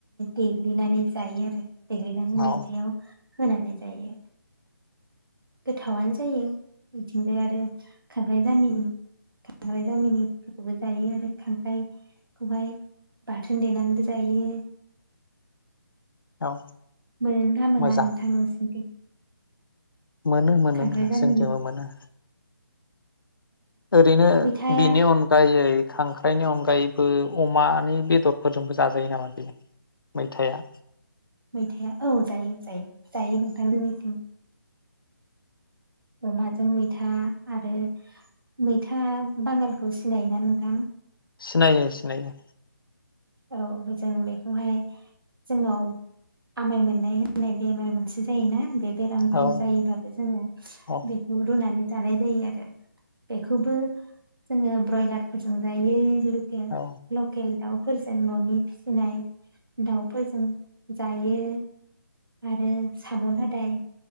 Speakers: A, on the right; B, on the left.
A: देग्लिनानै जायो आरो। देग्लिनानै
B: औ
A: मैथायाव। होनानै जायो। गोथावनो जायो बिथिंजाय आरो खांख्राइ जामिनि खांख्राइ जामिनिफोरखौबो जायो आरो खांख्राइखौहाय बाथोन देनानैबो जायो।
B: औ।
A: मोनोना मोना
B: मोजां
A: नोंथां <unintelligible>
B: मोनो मोनो
A: खांख्राइ
B: मोनो
A: जामिनि
B: जोंनिथिंबो मोनो। ओरैनो
A: मैथाया
B: बिनि अनगायै। खांख्राइनि अनगायैबो अमानि बेदरफोरजोंबो जाजायो नामा बेयो मैथाया।
A: मैथाया औ जायो जायो जायो नोंथां जोंनिथिं। अमाजों मैथा आरो मैथा बांगालखौ सिनायोना नोंथां।
B: सिनायो सिनायो।
A: औ जों बेखौहाय जोंनाव आमाइ मोननाय होननाय बेमार मोनसे जायोना बे। बेरामखौ
B: औ
A: जायोबाबो जोङो
B: औ
A: बेखौ रुनानै। जानाय जायो आरो। ओं बेखौबो। जोङो ब्रयलार फोरजों जायो। <unintelligible> लकेल।
B: औ
A: <unintelligible> ननि फिसिनाय। दाउफोरजों जायो आरो साम लादाय।